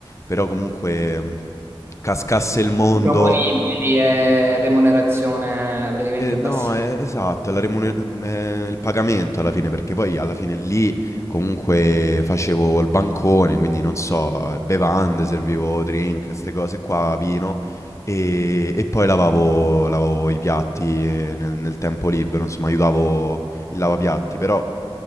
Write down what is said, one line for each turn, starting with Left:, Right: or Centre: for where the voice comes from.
Left: però comunque mh, cascasse il mondo
Right: proponibili e remunerazione praticamente
Left: eh, no,
Right: bassissima.
Left: eh, esatto, è la remune- eh, il pagamento alla fine, perché poi alla fine lì comunque facevo il bancone, quindi non so, eh, bevande, servivo drink, queste cose qua, vino, e, e poi lavavo, lavavo i piatti eh, nel, nel tempo libero, insomma, aiutavo il lavapiatti, però